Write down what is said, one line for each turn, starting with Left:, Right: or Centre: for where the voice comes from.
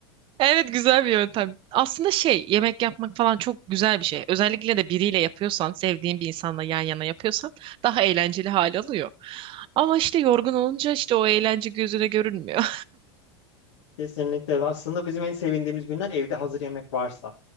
Right: Evet güzel bir yöntem. Aslında şey yemek yapmak falan çok güzel bir şey. Özellikle de biriyle yapıyorsan sevdiğin bir insanla yan yana yapıyorsan daha eğlenceli hal alıyor. Ama işte yorgun olunca işte o eğlence gözüne görünmüyor.
Left: Kesinlikle. Aslında bizim en sevindiğimiz günler evde hazır yemek varsa.